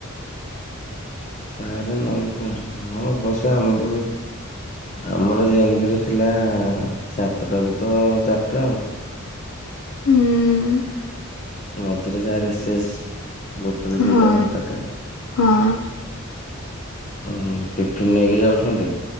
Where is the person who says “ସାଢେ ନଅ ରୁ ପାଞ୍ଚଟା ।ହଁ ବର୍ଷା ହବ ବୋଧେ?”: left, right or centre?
Left